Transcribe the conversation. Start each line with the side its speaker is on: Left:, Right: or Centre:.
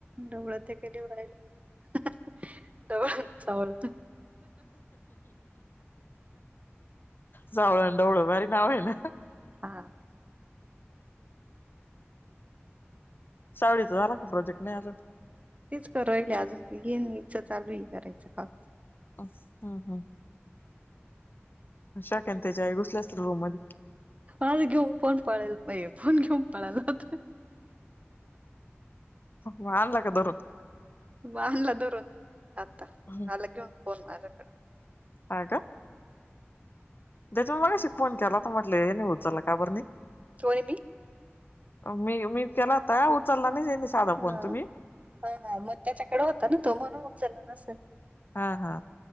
Right: डवळं ते केली व रायला डवळ सामोर
Left: जावळ डवळं भारी नाव आहे ना
Right: हा
Left: सावडीच झाला का प्रोजेक्ट नाही आजून
Right: तेच करायला अजून ते येईनचं चालू ह करायचं काम
Left: अस हा हा शाकन त्याच्या आहे घुसल्या असत रूम मध्ये
Right: आज घेऊ पोण पडेल पा पोण घेऊन पडेल होत
Left: मग आणला का धरून
Right: बांधला धरून आता,
Left: हं.
Right: आला घेऊन फोन माझ्याकडं.
Left: हा का, त्याच्या मगाशि फोन केला तर म्हटले हेनी उचलला काबर नाही,
Right: कोणी मी
Left: मी मी केलाता उचलला नाही साधा
Right: हा
Left: फोन तुम्ही
Right: हा हा मग त्याच्याकडे होता ना तो, म्हणुन मग उचला नसल.
Left: हा हा.